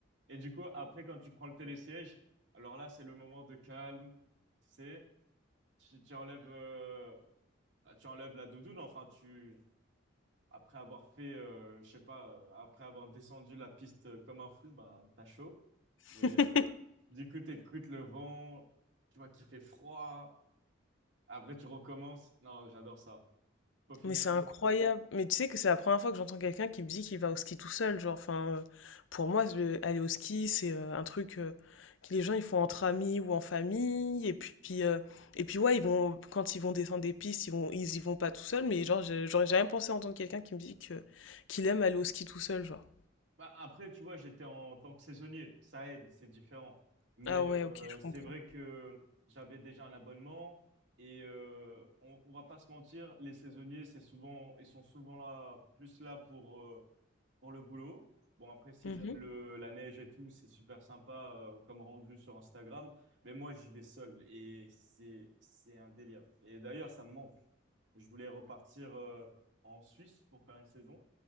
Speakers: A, on the right; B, on the left.
A: Et du coup, après, quand tu prends le télésiège, alors là, c'est le moment de calme. Tu sais, tu, tu enlèves, euh, ah, tu enlèves la doudoune. Enfin, tu, après avoir fait, euh, je sais pas, euh, après avoir descendu la piste euh, comme un fou, ben, t'as chaud.
B: <laughs>
A: Mais euh, du coup, t'écoutes le vent, tu vois qu'il fait froid. Après, tu recommences. Non, j'adore ça. Faut finir.
B: Mais c'est incroyable! Mais tu sais que c'est la première fois que j'entends quelqu'un qui me dit qu'il va au ski tout seul, genre, enfin, heu, pour moi, le aller au ski, c'est, heu, un truc, heu, que les gens, ils font entre amis ou en famille et puis, heu et puis, ouais, ils vont quand ils vont descendre des pistes, ils vont ils y vont pas tout seuls, mais genre, je j'aurais jamais pensé entendre quelqu'un qui me dit que qu'il aime aller au ski tout seul, genre.
A: Bah, après, tu vois, j'étais en tant que saisonnier, ça aide, c'est différent. Mais
B: Ah ouais, OK,
A: euh,
B: je comprends.
A: c'est vrai que j'avais déjà un abonnement et euh, on, on va pas se mentir, les saisonniers, c'est souvent, ils sont souvent là, plus là pour euh, pour le boulot. Bon, après, s'ils
B: Mmh
A: aiment le, la neige et tout, c'est super sympa euh, comme rendu sur Instagram. Mais moi, j'y vais seul et c'est, c'est un délire. Et d'ailleurs, ça me manque. Je voulais repartir euh, en Suisse pour faire une saison.